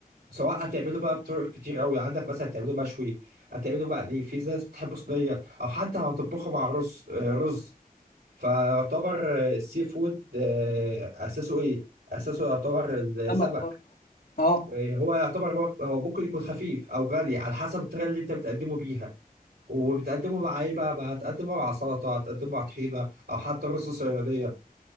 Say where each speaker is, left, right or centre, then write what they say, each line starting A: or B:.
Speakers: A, on the right; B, on the left.
A: سواء هتعمله بقى بطرق كتير قوي عندك مثلا هتعمله مشوي هتعمله مقلي في ناس بتحبه صينيه او حتى هتطبخه مع الرز آه، رز فيعتبر السي فود آه، اساسه ايه؟ اساسه يعتبر السمك
B: السمك برضه. اه
A: هو يعتبر هو هو ممكن يكون خفيف او غني على حسب الطريقه اللي انت بتقدمه بيها وبتقدمه مع ايه بقى؟ بقى هتقدمه مع سلطه هتقدمه مع طحينه او حتى رز صياديه